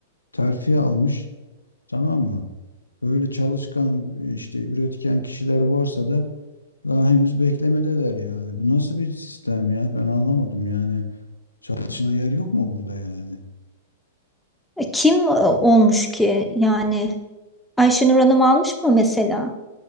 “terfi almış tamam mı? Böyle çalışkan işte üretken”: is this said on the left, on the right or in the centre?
Left